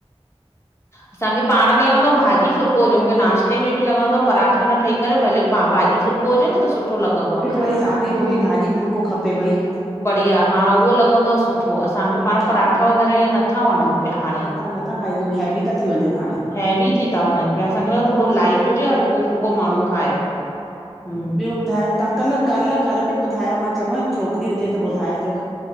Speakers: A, on the left; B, in the centre.
A: असांखे पाण खे लॻंदो आ भाॼी फुलको हुजे, मूंखे नाश ते में बि लॻंदो आ
B: हा।
A: परांठा न ठही करे भले पा भाॼी फुल्को हुजे न त सुठो लॻंदो आ खाएंण।
B: भई सादी रोटी भाॼी फुल्को खपे भई
A: बढ़िया हा उहो लॻंदो आ सुठो। असांखे पाण पराठा
B: हा
A: वग़ैरह इहे नथा वणनि पिया हाणे
B: नथा नथा खाई सघूं, हैवी था थी वञनि हाणे।
A: हैवी थी था वञनि पिया असांखे त थोरो लाइट हुजे हलको फुल्को माण्हू खाए। हम्म
B: ॿियो ॿुधायो? तव्हां कल्ह- कल्ह घर ते ॿुधायो मां चयो मां छोकिरी हुजे त ॿुधाइजो